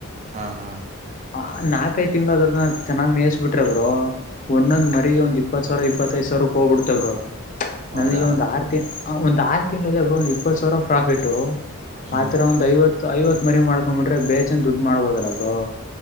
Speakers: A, on the right; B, on the left.
A: ಹಾ ಹಾ
B: ಆ ನಾಕ ಐದ್ ತಿಂಗಳಾದ್ರೂ ಅದನ್ನ ಚೆನ್ನಾಗ್ ಮೇಯಿಸಿ ಬಿಟ್ರೆ ಬ್ರೋ. ಬ ಒಂದೊಂದ್ ಮರಿಗೆ ಒಂದ್ ಇಪ್ಪತ್ ಸಾವಿರ ಇಪ್ಪತ್ತೈದ್ ಸಾವಿರಕ್ಕೆ ಹೋಗ್ಬಿಡ್ತೆ ಬ್ರೋ...
A: ಹೌದಾ
B: ನಮಗೆ ಒಂದು ಆರು ತಿ ಒಂದ್ ಆರು ತಿಂಗಳ ಇದ್ರೆ ಬ್ರೋ ಒಂದ್ ಇಪ್ಪತ್ತು ಸಾವಿರ ಪ್ರಾಫಿಟು...
A: ಹ್ಮ್
B: ಆತರ ಒಂದ್ ಐವತ್ತು ಐವತ್ ಮರಿ ಮಾಡ್ಕೊಂಬಿಟ್ರೆ ಬೇಜನ್ ದುಡ್ ಮಾಡ್ಬೋದಲ್ಲ ಬ್ರೋ...